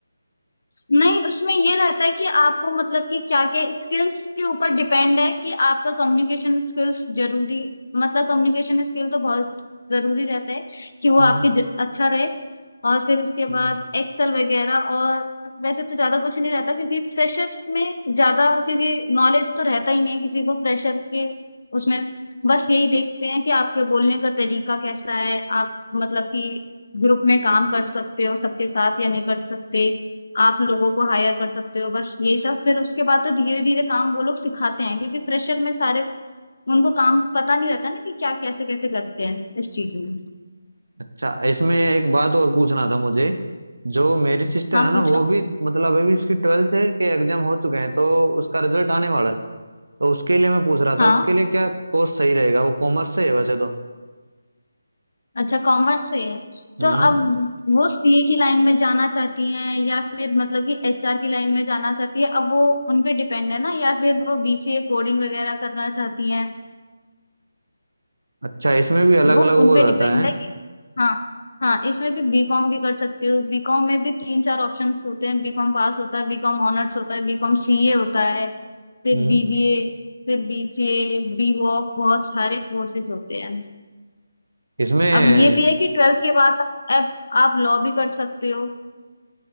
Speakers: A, on the left; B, on the right.
A: नहीं उसमें ये रहता है कि आपको मतलब कि क्या क्या स्किल्स के ऊपर डिपेंड है कि आपका कम्युनिकेशन स्किल्स जरूरी मतलब कम्युनिकेशन स्किल तो बहुत जरूरी रहता है कि वो
B: हम्म
A: आपके ज- अच्छा रहे और फिर उसके
B: हम्म
A: बाद एक्सेल वगैरह और वैसे तो ज्यादा कुछ नहीं रहता क्योंकि फ्रेशर्स में ज्यादा क्योंकि नॉलेज तो रहता ही नहीं है किसी को फ्रेशर के उसमें बस यही देखते हैं कि आपके बोलने का तरीका कैसा है आप मतलब कि ग्रुप में काम कर सकते हो सबके साथ या नहीं कर सकते आप लोगों को हायर कर सकते हो बस यही सब फिर उसके बाद तो धीरे धीरे काम वो लोग सिखाते हैं क्योंकि फ्रेशर में सारे उनको काम पता नहीं रहता ना कि क्या कैसे कैसे करते हैं इस चीज में
B: अच्छा इसमें एक बात और पूछना था मुझे जो मेरी सिस्टर
A: हाँ
B: है ना
A: पूछो
B: वो भी मतलब अभी उसकी ट्वेल्थ है के एग्जाम हो चुके हैं तो उसका रिजल्ट आने वाला है तो उसके लिए मैं पूछ रहा
A: हाँ
B: था उसके लिए क्या कोर्स सही रहेगा वो कॉमर्स से है वैसे तो
A: अच्छा कॉमर्स से है
B: हम्म
A: तो अब वो सीए की लाइन में जाना चाहती हैं या फिर मतलब कि एचआर की लाइन में जाना चाहती है अब वो उन पे डिपेंड है ना या फिर वो बीसीए कोडिंग वगैरह करना चाहती हैं
B: अच्छा इसमें भी अलग
A: वो
B: अलग
A: उनपे
B: वो रहता
A: डिपेंड
B: है
A: है कि हाँ हाँ इसमें भी बीकॉम भी कर सकते हो बीकॉम में भी तीन चार ऑप्शंस होते हैं बीकॉम पास होता है बीकॉम ऑनर्स होता है बीकॉम सीए होता है फिर
B: हम्म
A: बीबीए फिर बीसीए बीवॉक बहुत सारे कोर्सेज होते हैं
B: इसमें
A: अब ये भी है कि ट्वेल्थ के बाद अब आप लॉ भी कर सकते हो